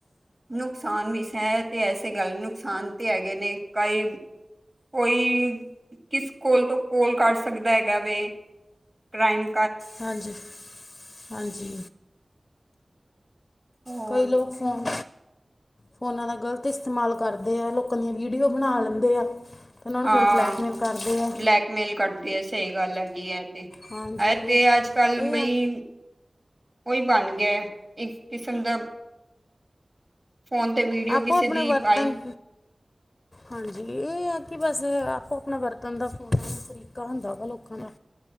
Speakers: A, on the right; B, on the left.
A: ਨੁਕਸਾਨ ਵੀ ਹੈ ਤੇ ਐਸੇ ਗੱਲ ਨੁਕਸਾਨ ਤੇ ਹੈਗੇ ਨੇ ਕਈ ਕੋਈ ਕਿਸ ਕੋਲ ਤੋਂ ਕੋਲ ਕਰ ਸਕਦਾ ਹੈਗਾ ਵੇ ਕ੍ਰਾਈਮਾਂ
B: ਹਾਂਜੀ ਹਾਂਜੀ
A: ਹੋਰ
B: ਕੱਲ ਲੋਕ ਫੋਨ ਫੋਨਾਂ ਦਾ ਗ਼ਲਤ ਇਸਤੇਮਾਲ ਕਰਦੇ ਆ ਲੋਕਾਂ ਦੀ ਵੀਡੀਓ ਬਣਾ ਲੈਂਦੇ ਆ ਉਹਨਾਂ ਨੂੰ
A: ਹਾਂ
B: ਫਿਰ ਬਲੈਕਮੇਲ ਕਰਦੇ ਆ
A: ਬਲੈਕਮੇਲ ਕਰਦੀ ਹੈ ਸਹੀ ਗੱਲ ਹੈਗੀ ਹੈ
B: ਹਾਂਜੀ
A: ਐ
B: ਇਹ
A: ਤੇ ਅੱਜ ਕੱਲ ਮਈ
B: ਇਹ ਆ
A: ਉਹੀ ਬਣ ਗਿਆ ਇੱਕ ਕਿਸਮ ਦਾ ਫੋਨ ਤੇ ਵੀਡੀਓ
B: ਆਪਾਂ
A: ਕਿਸੇ
B: ਆਪਣੇ
A: ਦੀ
B: ਵਰਤਨ
A: ਪਾਈ
B: ਹਾਂਜੀ ਇਹ ਕਿ ਬਸ ਆਪੋ ਆਪਣਾ ਬਰਤਨ ਦਾ ਫੋਨ ਤਰੀਕਾ ਹੁੰਦਾ ਵਾ ਲੋਕਾਂ ਦਾ